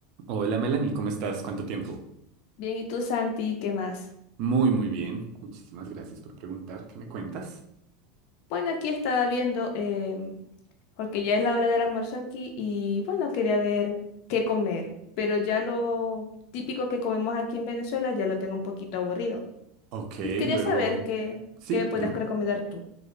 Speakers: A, on the right (about 50°); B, on the left (about 60°).
A: Hola Melanie, ¿cómo estás? ¿Cuánto tiempo?
B: Bien, ¿y tú, Santi, qué más?
A: Muy, muy bien. Muchísimas gracias por preguntar. ¿Qué me cuentas?
B: Bueno, aquí estaba viendo, em, porque ya es la hora del almuerzo aquí y bueno, quería ver qué comer, pero ya lo típico que comemos aquí en Venezuela ya lo tengo un poquito aburrido.
A: Ok,
B: Y quería
A: luego...
B: saber qué,
A: Sí,
B: qué podrías
A: dime.
B: recomendar tú.